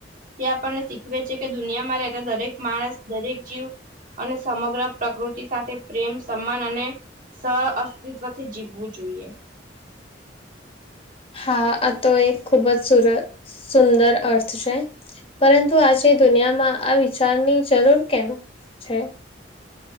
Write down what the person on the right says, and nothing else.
તે આપણને શીખવે છે કે દુનિયામાં રહેતા દરેક માણસ દરેક જીવ અને સમગ્ર પ્રકૃતિ સાથે પ્રેમ સમાન અને સહઅસ્તિત્વથી જીવવું જોઈએ